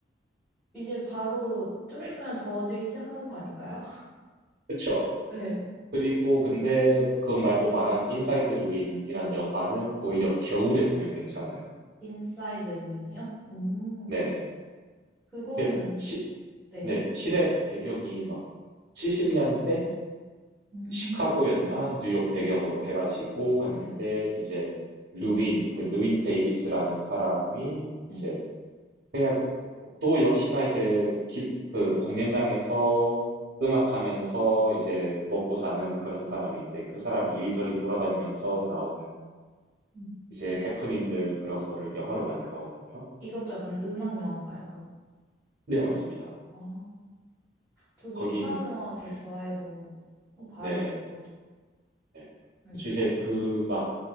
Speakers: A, in the centre; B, on the right.
A: 이제 바로 좀
B: 네.
A: 있으면 더워지기 시작하는 거 아닌가요?
B: 그쵸.
A: <laughs> 네.
B: 그리고 근데 그거 말고 말한 인사이드 루인이란 영화는 오히려
A: 네.
B: 겨울에 보면 괜찮아요.
A: 인사이드 루인이요? 음,
B: 네네.
A: 루- 그거는,
B: 그 시,
A: 네.
B: 네, 시대 배경이 막 70년대
A: 음,
B: 시카고였나 뉴욕 배경으로 해가지고 하는데
A: 네,
B: 이제 루인 그 루인 데이비스라는 사람이
A: 네.
B: 이제 그냥 그- 또 역시나 이제 기- 그 공연장에서 음악하면서 이제 먹고 사는 그런 사람인데 그 사람이 이리저리 돌아다니면서 나오는
A: 음.
B: 이제 해프닝들 그런 거를 영화로 만든 거거든요.
A: 이것도 약간 음악 영화인가요, 그럼?
B: 네, 맞습니다.
A: 아, 저도
B: 거기는
A: 음악 영화 되게
B: 네,
A: 좋아해서 한번 봐야겠네요,
B: 네네.
A: 이것도.
B: 네.
A: 네.
B: 그래서 이제 그 막